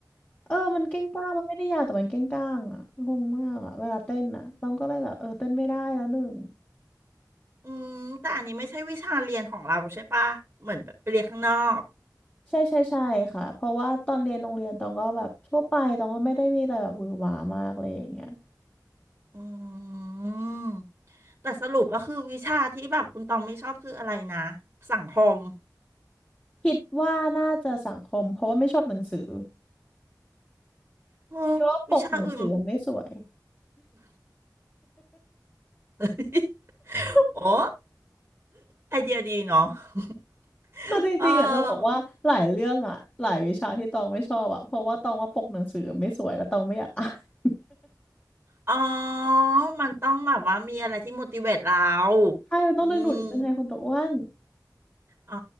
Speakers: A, on the left; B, on the right.
A: เออมันเก้งก้างมันไม่ได้ยาวแต่มันเก้งก้างอะงงมากอะเวลาเต้นอะตองก็เลยแบบเออเต้นไม่ได้แล้วหนึ่ง
B: อืมแต่อันนี้ไม่ใช่วิชาเรียนของเราใช่ปะเหมือนแบบไปเรียนข้างนอก
A: ใช่ใช่ใช่ค่ะเพราะว่าตอนเรียนโรงเรียนตองก็แบบทั่วไปตองก็ไม่ได้มีอะไรแบบหวือหวามากอะไรอย่างเงี้ย
B: อืมแต่สรุปแล้วคือวิชาที่แบบคุณตองไม่ชอบคืออะไรนะสังคม
A: คิดว่าน่าจะสังคมเพราะว่าไม่ชอบหนังสือ
B: เออวิชาอื่น
A: คิดว่าปกหนังสือมันไม่สวย
B: <laughs>
A: <laughs>
B: โอ้ไอเดียดีเนาะ <laughs>
A: คือจริงๆอ่ะจะบอกว่าหลายเรื่องอ่ะหลายวิชาที่ตองไม่ชอบอ่ะเพราะว่าตองว่าปกหนังสือไม่สวยแล้วตองไม่อยากอ่าน
B: เอออ๋อมันต้องแบบว่ามีอะไรที่ motivate เรา
A: <laughs> ใช่มันต้องดึงดูดนิดนึงไงคนตัวอ้วน
B: อืมอ๋อ